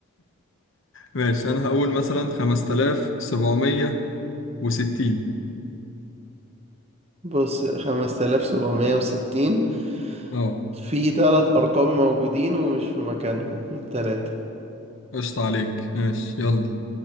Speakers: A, on the left (about 70°); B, on the right (about 30°).
A: ماشي أنا هقول مثلا خمسة آلاف سبعمية وستين
B: بص خمسة آلاف سبعمية وستين
A: اه
B: في تلات أرقام موجودين ومش في مكانهم التلاتة
A: قشطة عليك ماشي يلا